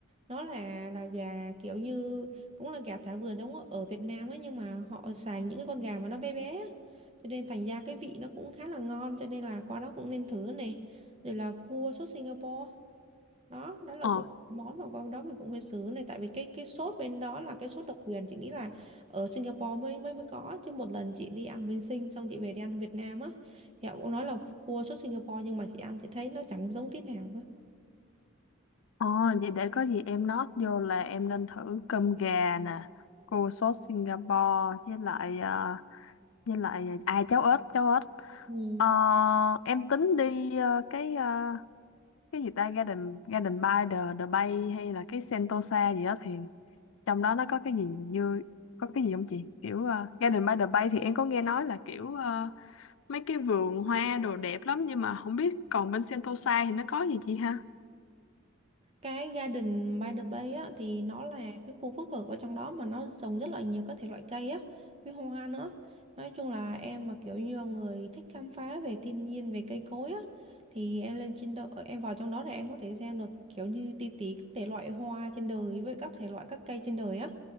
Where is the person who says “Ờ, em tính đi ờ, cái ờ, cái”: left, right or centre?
Left